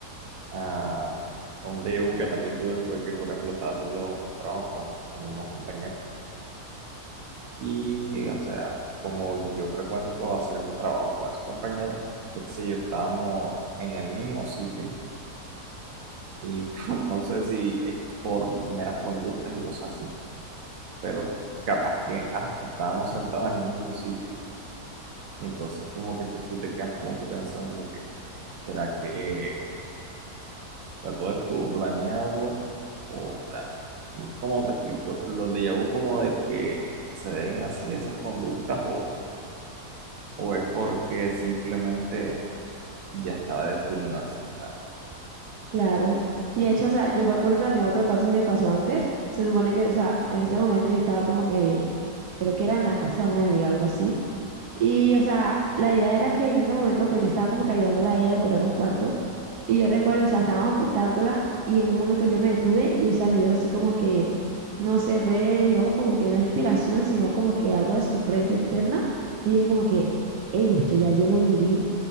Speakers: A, on the right (about 65°); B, on the right (about 85°).
A: a un DU que también tuve, fue que, por ejemplo, estaba haciendo un trabajo con algunos compañeros y, o sea, como yo frecuento hacer trabajo con esos compañeros, qué sé yo, estábamos en el mismo sitio y <laughs> no sé si es por meras conductas y cosas así, pero capaz que hasta estábamos sentados en el mismo sitio y entonces como que te- tú te quedas como que pensando como que, ¿será que sea, todo estuvo planeado, o, sea, ¿cómo te explico? ¿Los déjà vu como de que se deben así a esas conductas o, o es porque simplemente ya estaba definido así? O sea,
B: Claro. Y de hecho, o sea, yo me acuerdo también otro caso que pasó antes. Se supone que, o sea, en ese momento yo estaba como que, creo que era en la casa de una amiga, algo así. Y, o sea, la idea era que en ese momento, pues yo estaba como que ayudándola a ella a decorar un cuarto. Y yo recuerdo, o sea, estábamos pintándola y en un momento yo me detuve y, o sea, me dio así como que, no sé, fue, digamos, como que no inspiración, sino como que algo de sorpresa interna. Y dije como que, hey, esto ya yo lo viví.